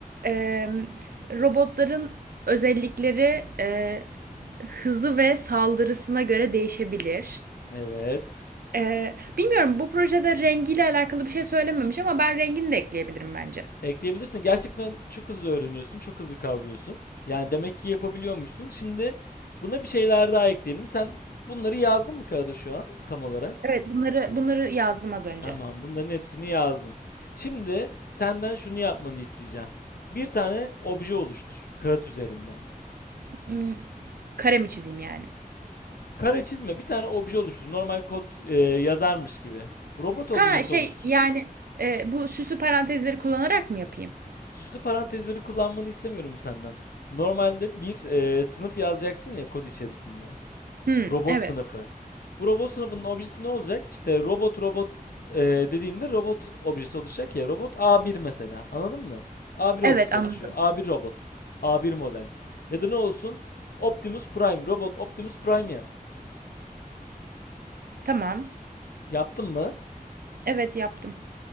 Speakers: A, on the right (about 75°); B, on the left (about 80°).
A: Ee, robotların özellikleri e, hızı ve saldırısına göre değişebilir.
B: Evet.
A: Ee, bilmiyorum bu projede rengiyle alakalı bir şey söylememiş ama ben rengini de ekleyebilirim bence.
B: Ekleyebilirsin. Gerçekten çok hızlı öğreniyorsun, çok hızlı kavruyorsun. Yani demek ki yapabiliyormuşsun. Şimdi buna bir şeyler daha ekleyelim. Sen bunları yazdın mı kağıda şu an tam olarak?
A: Evet bunları bunları yazdım az önce.
B: Tamam, bunların hepsini yazdın. Şimdi senden şunu yapmanı isteyeceğim. Bir tane obje oluştur kağıt üzerinde.
A: Hmm, kare mi çizeyim yani?
B: Kare çizme, bir tane obje oluştur. Normal kod e, yazarmış gibi. Robot objesi
A: Ha şey
B: oluştur.
A: yani e, bu süslü parantezleri kullanarak mı yapayım?
B: Süslü parantezleri kullanmanı istemiyorum senden. Normalde bir e, sınıf yazacaksın ya kod içerisinde.
A: Hmm,
B: Robot
A: evet.
B: sınıfı. Bu robot sınıfının objesi ne olacak? İşte robot robot e, dediğinde robot objesi oluşacak ya. Robot A1 mesela. Anladın mı? A1
A: Evet
B: objesi
A: anladım.
B: oluşuyor. A1 robot. A1 model. Ya da ne olsun? Optimus Prime. Robot Optimus Prime yap.
A: Tamam.
B: Yaptın mı?
A: Evet yaptım.